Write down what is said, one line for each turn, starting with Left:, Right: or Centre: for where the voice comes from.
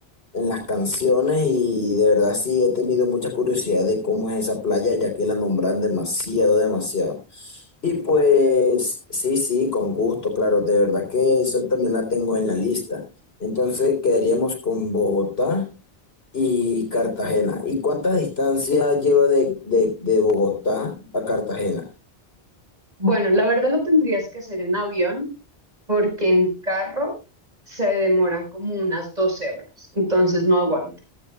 Left: en las canciones y de verdad sí he tenido mucha curiosidad de cómo es esa playa, ya que la nombran demasiado, demasiado. Y pues sí, sí, con gusto, claro, de verdad que eso también la tengo en la lista. Entonces quedaríamos con Bogotá y Cartagena. ¿Y cuánta distancia lleva de, de, de Bogotá a Cartagena?
Right: Bueno, la verdad lo tendrías que hacer en avión porque en carro se demoran como unas 12 horas, entonces no aguanta.